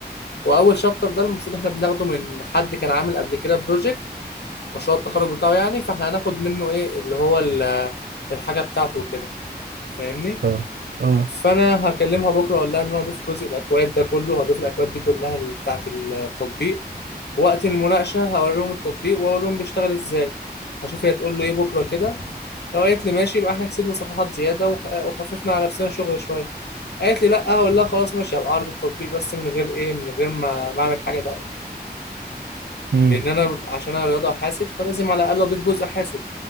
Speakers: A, on the left (about 75°); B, on the right (about 70°).
A: وأول شابتر ده المفروض إحنا بناخده من حد كان عامل قبل كده بروجكت مشروع التخرج بتاعه يعني فاحنا هناخد منه ايه اللي هو ال- الحاجه بتاعته وكده فاهمني
B: اه اه
A: فانا هكلمها بكره اقول لها ان انا هضيف جزء الاكواد ده كله هضيف الاكواد دي كلها بتاعه التطبيق وقت المناقشه هوريهم التطبيق واقول لهم بيشتغل ازاي هشوف هي تقول له ايه بكره كده لو قالت لي ماشي يبقى احنا كسبنا صفحات زياده وخ- وخففنا على نفسنا شغل شويه قالت لي لا هقول لها خلاص ماشي هبقى اعرض التطبيق بس من غير ايه من غير ما ما اعمل حاجه تانيه
B: امم
A: لان انا عشان انا رياضه وحاسب فلازم على الاقل اضيف جزء حاسب